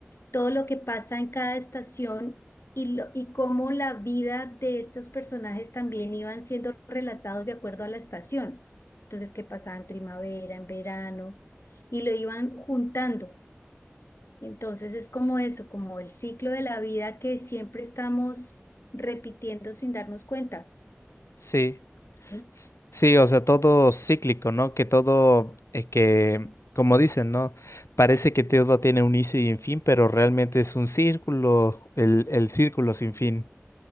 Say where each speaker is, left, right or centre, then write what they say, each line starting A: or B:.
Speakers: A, on the left; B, on the left.
A: todo lo que pasa en cada estación y, lo, y cómo la vida de estos personajes también iban siendo relatados de acuerdo a la estación. Entonces, qué pasaba en primavera, en verano, y lo iban juntando. Entonces es como eso, como el ciclo de la vida que siempre estamos repitiendo sin darnos cuenta.
B: Sí.
A: ¿sí?
B: S- Sí, o sea, todo cíclico, ¿no? Que todo, eh, que, como dicen, ¿no? Parece que todo tiene un inicio y un fin, pero realmente es un círculo, el, el círculo sin fin.